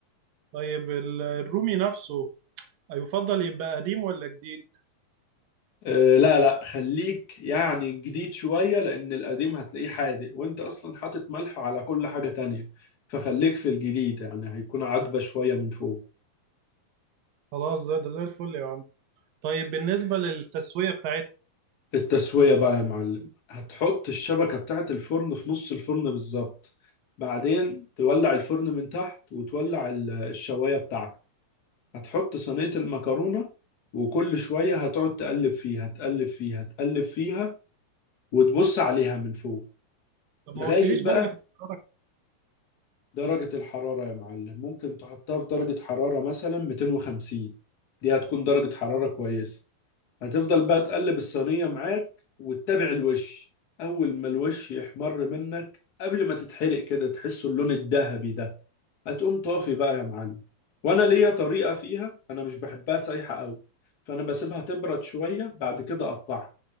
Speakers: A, on the right; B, on the left.
A: طيب ال- الرومي نفسه يفضل يبقى قديم ولا جديد
B: آه، لا لا خليك يعني جديد شوية لأن القديم هتلاقيه حادق وأنت أصلا حاطط ملح على كل حاجة تانية فخليك في الجديد يعني هيكون عدبة شوية من فوق
A: خلاص ده ده زي الفل يا عم طيب بالنسبه للتسويه بتاعتها
B: التسوية بقى يا معلم هتحط الشبكة بتاعة الفرن في نص الفرن بالظبط بعدين تولع الفرن من تحت وتولع ال- الشواية بتاعتك هتحط صينية المكرونة وكل شوية هتقعد تقلب فيها تقلب فيها تقلب فيها وتبص عليها من فوق
A: طب ما
B: لغاية
A: قلتليش درجه
B: بقى
A: الحراره
B: درجة الحرارة يا معلم ممكن تحطها في درجة حرارة مثلا 250 دي هتكون درجة حرارة كويسة هتفضل بقى تقلب الصينية معاك وتتابع الوش أول ما الوش يحمر منك قبل ما تتحرق كده تحسه اللون الذهبي ده هتقوم طافي بقى يا معلم وأنا ليا طريقة فيها أنا مش بحبها سايحة أوي فأنا بسيبها تبرد شوية بعد كده أقطعها